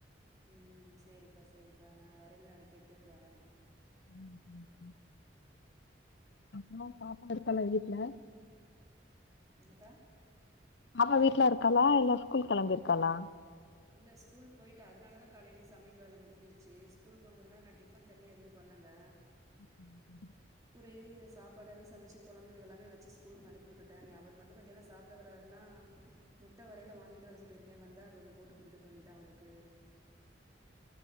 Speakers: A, on the right; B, on the left.
A: உம் சரிக்கா சரிக்கா நா வரையில நாளைக்கு எடுத்துட்டு வரேன்
B: ம்ஹ் ம்ஹ் ம்ஹ் அப்றம் பாப்பா இருக்கால வீட்டுல
A: என்னக்கா
B: பாப்பா வீட்டு்ல இருக்காளா இல்லா ஸ்கூல் கிளம்பிருக்காளா
A: இல்ல ஸ்கூல் போயி்ட்ட அதனாலதா காலைலயே சமையல் வேல முடிஞ்சிருச்சு ஸ்கூல் போனதுனால நா டிஃபன் தனியா எதும் பண்ணல
B: <inaudible>
A: ஒரே சாப்பாடாவே சமைச்சு குழம்புதுகல்லாமே வச்சு ஸ்கூலுக்கு அனுப்பிவுட்டுட்டே இனி அவர் மட்டு மத்தியானோ சாப்பிட வராருன்னா முட்ட வரையில வாங்கிட்டு வர சொல்லியிருக்கே வந்தா அது ஒன்னு போட்டு குடுத்துக்க வேண்டியதா அவருக்கு